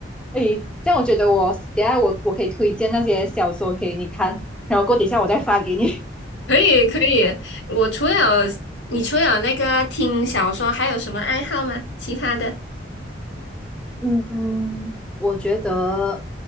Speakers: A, in the centre; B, on the left (about 80°).
A: 诶，这样我觉得我等下我我可以推荐那些小说给你看，<laughs> 然后过等一下我再发给你。
B: 可以可以，我除了你除了那个听小说，还有什么爱好吗？其他的
A: <laughs> 嗯，我觉得